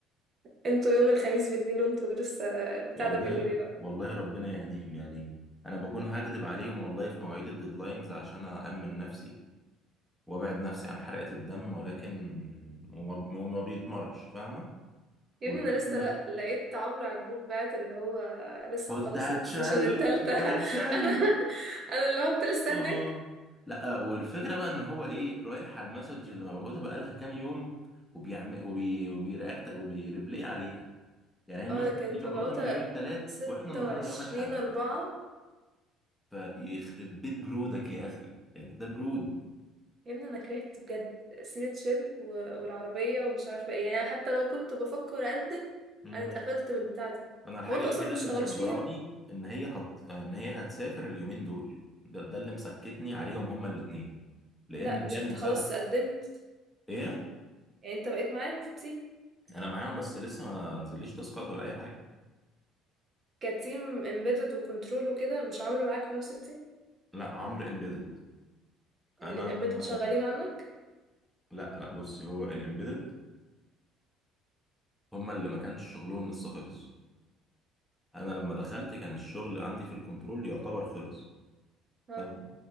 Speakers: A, on the right; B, in the centre.
A: <laughs> انتوا يوم الخميس بالليل وانتوا لسه البتاع
B: والله
A: ده بيقول ايه بقى
B: والله ربنا يهديهم يعني انا بكون هكدب عليهم والله في مواعيد الديدلاينز عشان أأمن نفسي وابعد نفسي عن حرقة الدم ولكن وما وما بيتمرش فاهمة
A: يا
B: والفكرة
A: ابني انا لسه
B: إن-
A: لا- لقيت عمرو على الجروب بعت اللي هو لسه
B: كنت
A: مخلص
B: هتشل
A: السيشن التالتة
B: كنت هتشل
A: <laughs> انا انا اللي هو انت لسه
B: اه
A: هناك
B: لا والفكرة بقى ان هو ايه رايح على المسج اللي مبعوثة بقالها كام يوم وبيعمل وبي وبيرياكت وبيريبلاي عليها يعني هي المسج
A: اه كانت
B: دي مبعوثة
A: مبعوثة
B: من يوم الثلاث
A: ستة
B: واحنا النهارده
A: وعشرين
B: يوم الاحد
A: أربعة
B: فيخرب بيت برودك يا اخي يعني ده برود
A: يا ابني انا كرهت بجد سيرة شيل و... والعربية ومش عارفة ايه يعني أنا حتى لو كنت بفكر اقدم
B: مم.
A: انا اتقفلت بالبتاعة دي
B: انا الحاجه
A: هو انتوا
B: الوحيده
A: اصلا ما بتشتغلوش
B: اللي مصبراني
A: فيها
B: ان هي هت... ان هي هتسافر اليومين دول ده, ده اللي مسكتني عليهم هما الاثنين لان
A: لا
B: هي
A: مش
B: المسابقه
A: انت خلاص قدمت
B: ايه
A: يعني انت بقيت معاهم في التيم
B: انا معاهم بس لسه ما نزليش تاسكات ولا اي حاجه
A: كتيم امبيدد وكنترول وكده مش عمرو معاك في نفس التيم
B: لا عمرو امبيدد انا
A: الامبيدد شغالين عنك
B: لا لا بصي هو الامبيدد هما اللي ما كانش شغلهم لسه خلص انا لما دخلت كان الشغل عندي في الكنترول يعتبر خلص
A: آه.
B: فاهم